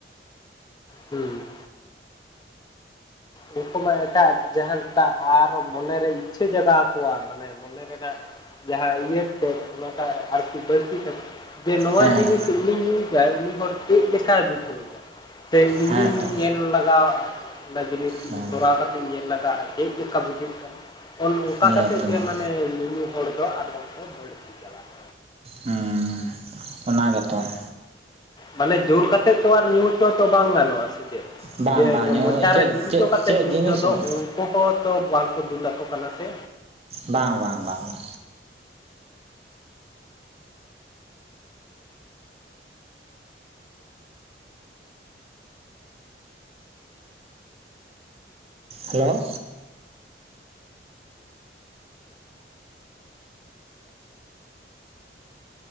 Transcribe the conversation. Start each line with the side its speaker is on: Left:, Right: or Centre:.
Left: ᱦᱩᱸ ᱩᱝᱠᱩ ᱢᱟ ᱮᱴᱟᱜ ᱡᱟᱦᱟᱸᱱ ᱴᱟᱜ ᱟᱨ ᱢᱚᱱᱮᱨᱮ ᱤᱪᱪᱷᱟᱹ ᱡᱟᱜᱟᱣ ᱟᱠᱚᱣ-ᱟ ᱢᱟᱱᱮ ᱢᱚᱱᱮ ᱨᱮᱱᱟᱜ ᱡᱟᱦᱟᱸ ᱤᱭᱟᱹ ᱴᱮᱠ ᱚᱱᱟᱴᱟᱜ ᱟᱨᱠᱤ ᱵᱟᱹᱲᱛᱤ <unintelligible> ᱡᱮ ᱱᱚᱣᱟ
Right: ᱦᱮᱸ
Left: ᱡᱤᱱᱤᱥ ᱩᱱᱤ ᱧᱩᱭ ᱫᱟᱭ ᱩᱱᱤ ᱦᱚᱲ ᱪᱮᱫ ᱞᱮᱠᱟ <unintelligible> ᱥᱮ ᱤᱧᱦᱩᱧ
Right: ᱦᱮᱸ ᱛᱚ
Left: ᱧᱮᱞ ᱞᱟᱜᱟᱣᱟᱜ-ᱟ ᱚᱱᱟ ᱡᱤᱱᱤᱥ ᱤᱧ
Right: ᱦᱮᱸ
Left: ᱠᱟ ᱠᱟᱛᱮᱤᱧ ᱧᱮᱞ ᱞᱟᱜᱟᱜ-ᱟ ᱪᱮᱫ ᱞᱮᱠᱟ ᱵᱩᱡᱷᱟᱹᱜ ᱠᱟᱱᱟ ᱚᱝᱠᱟ
Right: ᱱᱤᱭᱟᱹ
Left: ᱠᱟᱛᱮ
Right: ᱛᱚ
Left: ᱜᱮ
Right: ᱱᱤᱭᱟᱹ
Left: ᱢᱟᱱᱮ ᱧᱩᱧᱩ ᱦᱚᱲ ᱫᱚ ᱟᱫᱚ ᱠᱚ ᱵᱟᱹᱲᱛᱤ ᱪᱟᱞᱟᱜ-ᱟ᱾
Right: ᱦᱩᱸ ᱚᱱᱟ ᱜᱮᱛᱚ ᱾
Left: ᱢᱟᱱᱮ ᱡᱳᱨ ᱠᱟᱛᱮᱜ ᱛᱚ ᱟᱨ ᱧᱩ ᱪᱚ ᱛᱚ ᱵᱟᱝ ᱜᱟᱱᱚᱜᱼᱟ ᱥᱮ ᱪᱮᱫ?
Right: ᱵᱟᱝ ᱵᱟᱝ
Left: ᱡᱮ
Right: ᱧᱚᱜ
Left: ᱢᱚᱪᱟᱨᱮ
Right: ᱪᱮᱫ
Left: ᱫᱩᱞ
Right: ᱪᱮᱫ
Left: ᱦᱚᱪᱚ ᱠᱟᱛᱮ
Right: ᱪᱮᱫ
Left: ᱧᱩ
Right: ᱡᱤᱱᱤᱥ
Left: ᱪᱚ ᱫᱚᱼᱼ
Right: ᱦᱚᱸ
Left: ᱟᱠᱚ ᱦᱚᱸ ᱛᱚ ᱵᱟᱝᱠᱚ ᱫᱩᱞᱟ ᱠᱚ ᱠᱟᱱᱟ ᱥᱮᱼᱼ
Right: ᱵᱟᱝ ᱵᱟᱝ ᱵᱟᱝ ᱵᱟᱝᱼᱼ ᱦᱮᱞᱳ?